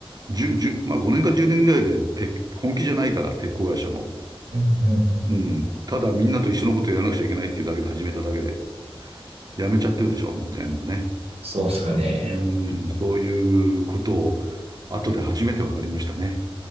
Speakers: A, on the right; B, on the right.
A: う、1まあ5年か10年ぐらいで鉄、本気じゃないから、鉄鋼会社も。
B: うんうんうん
A: うん。ただみんなと一緒のことやらなくちゃいけないっていうだけで始めただけで、やめちゃってるでしょ、もう全部ね。
B: そうっすかね。
A: うん、そういうことを後で初めて分かりましたね。